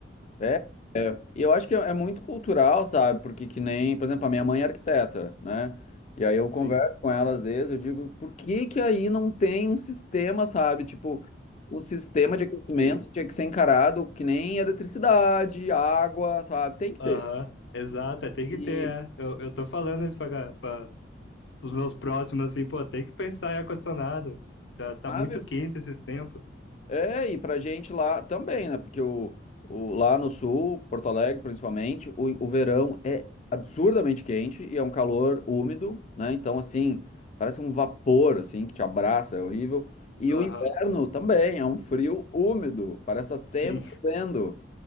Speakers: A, on the left (about 40°); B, on the left (about 75°).
A: É, é. E eu acho que é é muito cultural, sabe? Porque que nem, por exemplo, a minha mãe é arquiteta, né? E aí eu converso
B: Sim,
A: com ela às vezes, eu digo, por que que aí não tem um sistema, sabe? Tipo, o sistema de aquecimento
B: sim.
A: tinha que ser encarado que nem eletricidade, água, sabe? Tem que
B: Aham,
A: ter.
B: exato, é, tem que
A: E,
B: ter, é. Eu, eu tô falando isso para os meus próximos, assim, pô, tem que pensar em ar-condicionado. Tá, tá
A: sabe?
B: muito quente esses tempos.
A: É, e pra gente lá também, né? Porque o, o- lá no sul, Porto Alegre principalmente, o, o verão é absurdamente quente e é um calor úmido, né? Então, assim, parece um vapor, assim, que te abraça, é horrível. E
B: Aham,
A: o inverno também é um frio úmido, parece estar
B: sim,
A: sempre chovendo.
B: <laughs>